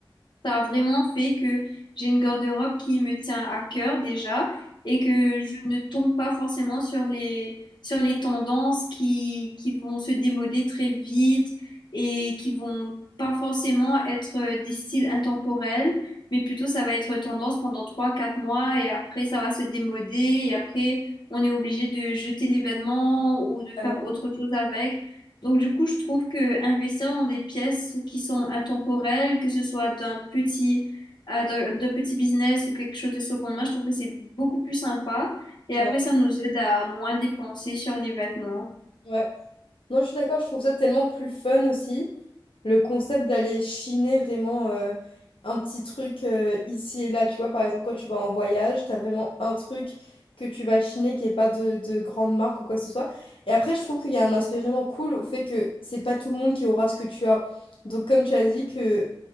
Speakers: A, on the left; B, on the left.
A: Ça a vraiment fait que j'ai une garde-robe qui me tient à cœur déjà et que je ne tombe pas forcément sur les, sur les tendances qui, qui vont se démoder très vite et qui vont pas forcément être euh, des styles intemporels, mais plutôt ça va être tendance pendant trois quatre mois et après ça va se démoder et après on est obligé de jeter les vêtements ou de faire
B: ouais,
A: autre chose avec. Donc du coup, je trouve que investir dans des pièces qui sont intemporelles, que ce soit d'un petit euh, d'un d'un petit business ou quelque chose de seconde main, je trouve que c'est beaucoup plus sympa. Et
B: ouais,
A: après, ça nous aide à moins dépenser sur les vêtements.
B: ouais. Non, je suis d'accord, je trouve ça tellement plus fun aussi. Le concept d'aller chiner vraiment euh, un petit truc euh, ici et là, tu vois, par exemple, quand tu vas en voyage, t'as vraiment un truc que tu vas chiner qui n'est pas de, de grande marque ou quoi que ce soit. Et après, je trouve qu'il y a un aspect vraiment cool au fait que c'est pas tout le monde qui aura ce que tu as. Donc, comme tu as dit, que